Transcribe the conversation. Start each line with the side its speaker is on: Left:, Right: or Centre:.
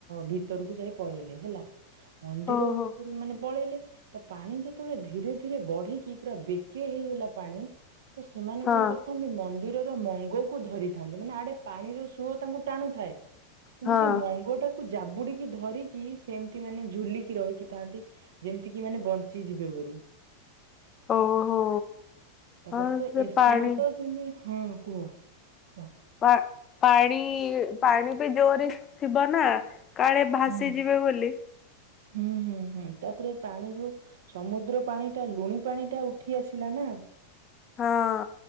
Right: ଭିତରକୁ ଯାଇ ପଳେଇଲେ ହେଲା। ମନ୍ଦିର
Left: ଓହୋ
Right: ଉପରୁ ମାନେ ପଳେଇଲେ ତ ପାଣି ଯେତେବେଳେ ଧୀରେ ଧୀରେ ବଢିକି ପୁରା ବେକେ ହେଇଗଲା ପାଣି ତସେମାନେ
Left: ହଁ।
Right: କଣ କରିଥାନ୍ତି ମନ୍ଦିରର ମଙ୍ଗକୁ ଧରିଥାନ୍ତି ମାନେ ଆଡ଼େ ପାଣିର ସୁଅ ତାଙ୍କୁ ଟାଣୁଥାଏ କିନ୍ତୁ
Left: ହଁ
Right: ସେ ମଙ୍ଗଟାକୁ ଜାବୁଡ଼ିକି ଧରିକି ସେମିତି ମାନେ ଝୁଲିକି ରହିକି ଥାଆନ୍ତି। ଯେମିତିକିି ମାନେ ବଞ୍ଚି ଯିବେ ବୋଲି।
Left: ଓହୋ
Right: ତାପରେତ
Left: ହଁ ସେ
Right: ଏରଶ
Left: ପାଣି
Right: ମାତ ଯେମିତି ହଁ କୁହ। କୁହ।
Left: ପା ପାଣି ପାଣିବି ଜୋରେ ଥିବନା କାଳେ ଭାସିଯିବେ
Right: ହୁଁ।
Left: ବୋଲି
Right: ହୁଁ ହୁଁ ହୁଁ ତାପରେ ପାଣି ଯୋଉ ସମୁଦ୍ର ପାଣି ଟା ଲୁଣି ପାଣିଟା ଉଠି ଆସିଲାନା
Left: ହଁ।